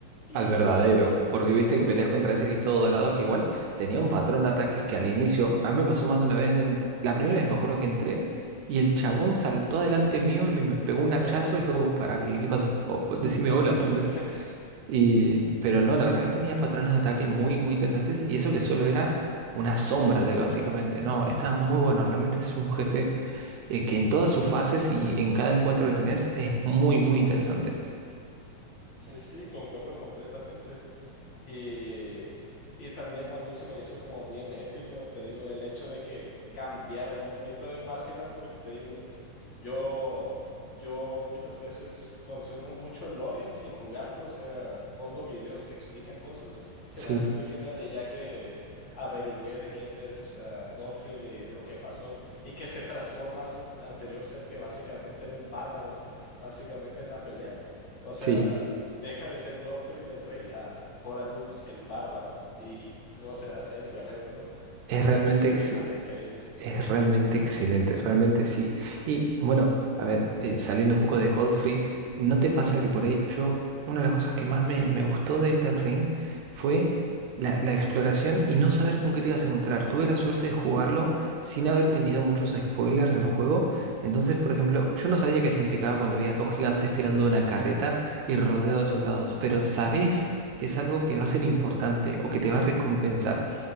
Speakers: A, on the left (about 55°); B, on the right (about 75°).
A: y
B: Al verdadero, porque viste que
A: sí,
B: peleas
A: sí,
B: contra ese que es todo dorado, que igual tenía
A: sí,
B: un patrón de ataques que al inicio, a mí me pasó más de una vez, de ent- la primera vez me acuerdo que entré y el chabón saltó adelante mío y me, me pegó un
A: <laughs>
B: hachazo y fue como, ¿para qué? ¿Qué pasó? O- o decime hola
A: sí,
B: primero.
A: sí, <laughs>
B: Y, pero no, la verdad que tenía patrones de ataque muy, muy interesantes y eso que solo era una sombra de él básicamente, no, estaba muy bueno, realmente es un jefe eh, que en todas sus fases y en cada encuentro que tenés es muy, muy interesante.
A: sí, sí, sí, concuerdo completamente. Y, y también a mí se me hizo como bien épico, te digo, el hecho de que cambiara el nombre y todo, y más que nada porque te digo, Yo, yo muchas veces consumo mucho el lore sin jugarlo, o sea, pongo videos que explican cosas, se
B: Sí,
A: me hace muy genial y ya que averigüé de quién es ah, Joffrey, de lo que pasó y que se transforma a su anterior ser que básicamente era un bárbaro, básicamente en la pelea, o sea,
B: sí.
A: deja de ser Joffrey del rey a Horalux el bárbaro y, o sea, el guerrero, ¿no?
B: Es
A: Y se
B: realmente
A: me hizo
B: ex-
A: algo increíble.
B: Es realmente excelente, realmente sí. Y bueno, a ver, eh, saliendo un poco de Godfrey, ¿no te pasa que por ahí yo, una de las cosas que más me, me gustó de Elden Ring fue la, la exploración y no saber con qué te ibas a encontrar? Tuve la suerte de jugarlo sin haber tenido muchos spoilers del juego. Entonces, por ejemplo, yo no sabía qué significaba cuando había dos gigantes tirando una carreta y rodeado de soldados, pero sabés que es algo que va a ser importante o que te va a recompensar.